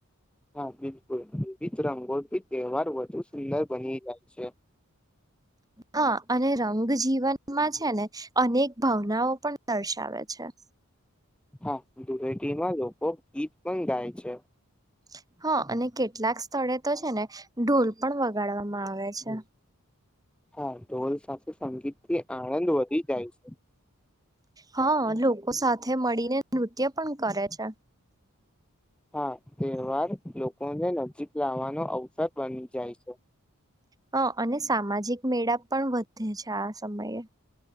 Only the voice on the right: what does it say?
હા અને રંગ જીવન માં છે ને, અનેક ભાવનાઓ પણ દર્શાવે છે. <inaudible>
<unintelligible> હ, અને કેટલાક સ્થળે તો છે ને, ઢોલ પણ વગાડવામાં આવે છે.
હાં લોકો સાથે મળીને નૃત્ય પણ કરે છે
હ અને સામાજિક મેળા પણ વધે છે આ સમયે